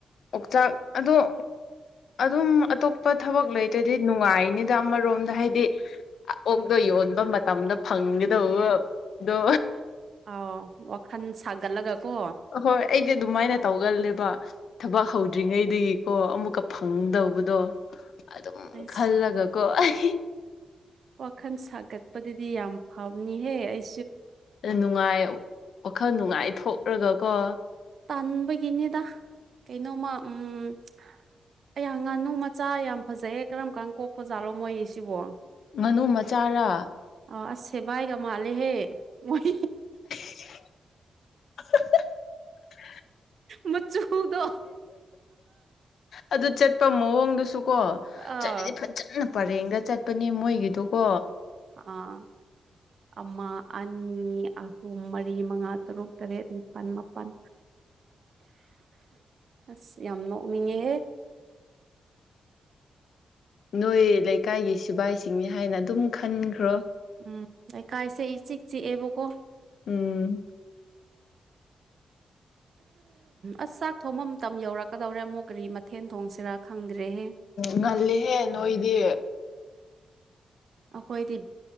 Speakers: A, on the left; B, on the right.
A: ꯑꯣꯛꯆꯥꯛ ꯑꯗꯣ ꯑꯗꯨꯝ ꯑꯇꯣꯞꯄ ꯊꯕꯛ ꯂꯩꯇ꯭ꯔꯗꯤ ꯅꯨꯡꯉꯥꯏꯅꯤꯗ ꯑꯃꯔꯣꯝꯗ ꯍꯥꯏꯗꯤ ꯑꯣꯛꯗꯣ ꯌꯣꯟꯕ ꯃꯇꯝꯗ ꯐꯪꯒꯗꯧꯕꯗꯣ
B: ꯑꯥꯎ ꯋꯥꯈꯜ ꯁꯥꯒꯠꯂꯒ ꯀꯣ
A: ꯍꯣꯏ ꯑꯩꯗꯤ ꯑꯗꯨꯃꯥꯏꯅ ꯇꯧꯒꯜꯂꯦꯕ ꯊꯕꯛ ꯍꯧꯗ꯭ꯔꯤꯉꯩꯗꯒꯤꯀꯣ ꯑꯃꯨꯛꯀ ꯐꯪꯗꯧꯕꯗꯣ ꯑꯗꯨꯝ
B: ꯑꯁ
A: ꯈꯜꯂꯒ ꯀꯣ ꯑꯩ
B: ꯋꯥꯈꯜ ꯁꯥꯒꯠꯄꯗꯗꯤ ꯌꯥꯝ ꯐꯕꯅꯤꯍꯦ ꯑꯩ
A: ꯅꯨꯡꯉꯥꯏ ꯋꯥꯈꯜ ꯅꯨꯡꯉꯥꯏ ꯊꯣꯛꯂꯒꯀꯣ
B: ꯇꯟꯕꯒꯤꯅꯤꯗ ꯀꯩꯅꯣꯝꯃ ꯎꯝ ꯑꯌꯥ ꯉꯥꯅꯨ ꯃꯆꯥ ꯌꯥꯝ ꯐꯖꯩꯌꯦ ꯀꯔꯝ ꯀꯥꯟ ꯀꯣꯛꯄ ꯖꯥꯠꯂꯣ ꯃꯣꯏꯒꯤꯁꯤꯕꯣ
A: ꯉꯥꯅꯨ ꯃꯆꯥꯔꯥ
B: ꯑ ꯑꯁꯦ ꯚꯥꯏꯒ ꯃꯥꯜꯂꯦꯍꯦ ꯃꯣꯏ
A: <inaudible>
B: ꯃꯆꯨꯗꯣ
A: ꯑꯗꯨ ꯆꯠꯄ ꯃꯑꯣꯡꯗꯨꯁꯨ ꯀꯣ
B: ꯑꯥ
A: ꯆꯠꯂꯗꯤ ꯐ ꯐꯖꯅ ꯄꯔꯦꯡꯗ ꯆꯠꯄꯅꯦ ꯃꯣꯏꯒꯤꯗꯨꯀꯣ
B: ꯑꯥ ꯑꯃ ꯑꯅꯤ ꯑꯍꯨꯝ ꯃꯔꯤ ꯃꯉꯥ ꯇꯔꯨꯛ ꯇꯔꯦꯠ ꯅꯤꯄꯥꯜ ꯃꯥꯄꯜ ꯑꯁ ꯌꯥꯝ ꯅꯣꯛꯅꯤꯡꯉꯦꯍꯦ
A: ꯅꯣꯏ ꯂꯩꯀꯥꯏꯒꯤ ꯁꯤꯕꯥꯏꯁꯤꯡꯅꯤ ꯍꯥꯏꯅ ꯑꯗꯨꯝ ꯈꯟꯈ꯭ꯔꯣ
B: ꯎꯝ ꯂꯩꯀꯥꯏꯁꯦ ꯏꯆꯤꯛ ꯆꯤꯛꯑꯦꯕꯀꯣ
A: ꯎꯝ
B: ꯑꯁ ꯆꯥꯛ ꯊꯣꯡꯕ ꯃꯇꯝ ꯌꯧꯔꯛꯀꯗꯧꯔꯦ ꯑꯃꯨꯛ ꯀꯔꯤ ꯃꯊꯦꯟ ꯊꯣꯡꯁꯤꯔꯥ ꯈꯪꯗ꯭ꯔꯦꯍꯦ
A: ꯉꯜꯂꯦꯍꯦ ꯅꯣꯏꯗꯤ
B: ꯑꯩꯈꯣꯏꯗꯤ